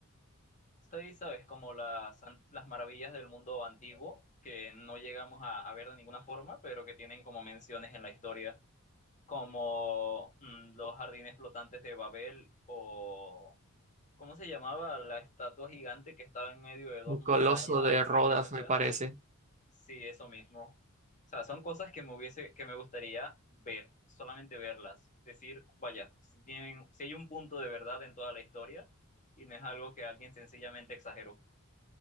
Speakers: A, on the left; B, on the right.
A: Sí, sabes, como las, an- las maravillas del mundo antiguo, que no llegamos a, a ver de ninguna forma, pero que tienen como menciones en la historia, como mm, los jardines flotantes de Babel o, ¿cómo se llamaba? La estatua gigante que estaba en medio de dos
B: Un coloso
A: montañas
B: de Rodas,
A: frente a una ciudad.
B: me parece.
A: Sí, eso mismo. O sea, son cosas que me hubiese, que me gustaría ver, solamente verlas, decir, vaya, si tienen, si hay un punto de verdad en toda la historia y no es algo que alguien sencillamente exageró.